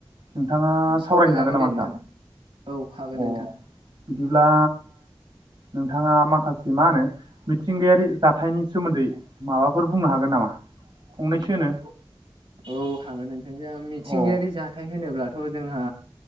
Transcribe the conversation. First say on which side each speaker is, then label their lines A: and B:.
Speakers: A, on the right (about 55°); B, on the right (about 90°).
A: नोंथाङा
B: सावरायजागोन
A: सावरायनो हागोन नामा
B: दे
A: नोंथां
B: औ हागोन
A: अ
B: नोंथां
A: बिदिब्ला नोंथाङा माखासे मा होनो मिथिंगायारि जाथायनि सोमोन्दै माबा फोर बुंनो हागोन नामा फंनैसोनो
B: औ हागोन नोंथां जाहा मिथिंगायारि
A: अ औ
B: जाथाय होनोब्ला थ जोंहा